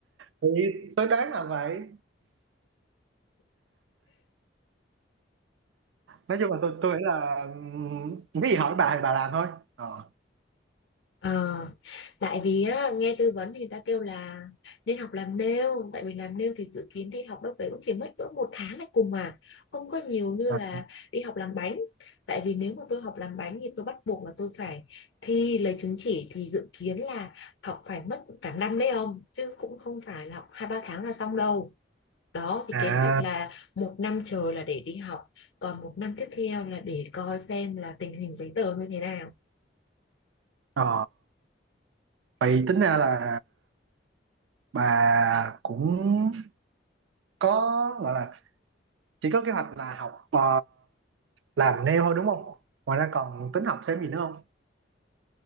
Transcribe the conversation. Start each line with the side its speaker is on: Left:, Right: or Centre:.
Right: thì tôi đoán là vậy nói chung là tôi tôi nghĩ là ừm, cái gì hỏi bà thì bà làm thôi ờ
Left: Ờ, tại vì á, nghe tư vấn thì người ta kêu là nên học làm nail tại vì làm nail thì dự kiến đi học đâu đấy cũng chỉ mất cỡ một tháng này cùng mà không có nhiều như
Right: à,
Left: là đi học làm bánh tại vì nếu mà tôi học làm bánh thì tôi bắt buộc là tôi phải thi lấy chứng chỉ thì dự kiến là học phải mất cả năm đấy ông chứ cũng không phải là học hai ba tháng là xong đâu đó thì
Right: à
Left: kế hoạch là một năm trời là để đi học còn một năm tiếp theo là để coi xem là tình hình giấy tờ như thế nào
Right: ờ vậy tính ra là bà cũng có gọi là chỉ có kế hoạch là học ờ, làm nail thôi đúng không ngoài ra còn tính học thêm gì nữa không